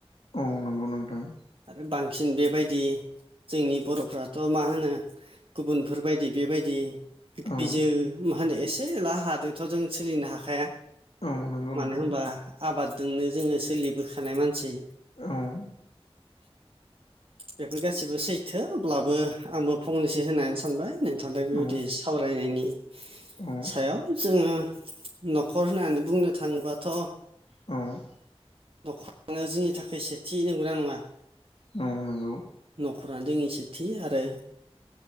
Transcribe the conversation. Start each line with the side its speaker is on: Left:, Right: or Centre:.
Left: औ नंगौ नोंथां
Right: आरो बांसिन बेबायदि जोंनि बर'फ्राथ' मा होनो गुबुनफोरबायदि बेबायदि दैजो
Left: औ
Right: मा होनो एसे एला हादोंथ' जों सोलिनो हाखाया
Left: औ नंगौ
Right: मानो
Left: नोंथां
Right: होनबा आबादजोंनो जोङो सोलिबोखानाय मानसि
Left: औ
Right: बेफोर गासैबो सैथो अब्लाबो आंबो फंनैसो होनानो सानबाय नोंथांदों बेबायदि
Left: औ
Right: सावरायनायनि
Left: औ
Right: सायाव जोङो न'खर होननानै बुंनो थाङोबाथ'
Left: औ
Right: नख'रानो जोंनि थाखाय सेथि नंगौना नङा?
Left: नंगौ नों
Right: न'खरानो जोंनि सेथि आरो